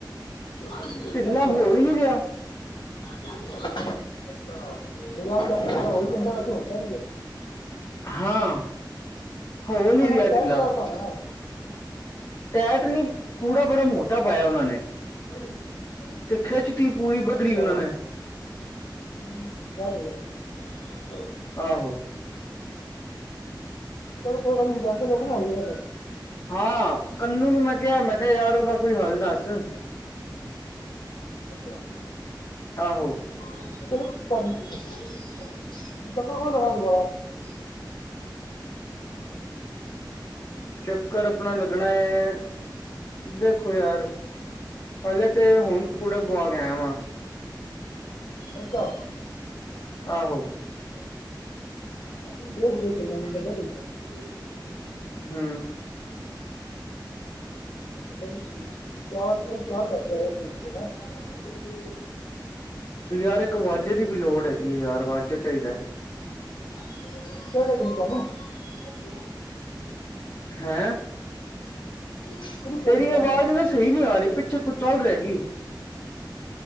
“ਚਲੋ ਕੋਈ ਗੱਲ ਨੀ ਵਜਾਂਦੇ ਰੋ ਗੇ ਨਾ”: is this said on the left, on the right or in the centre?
Left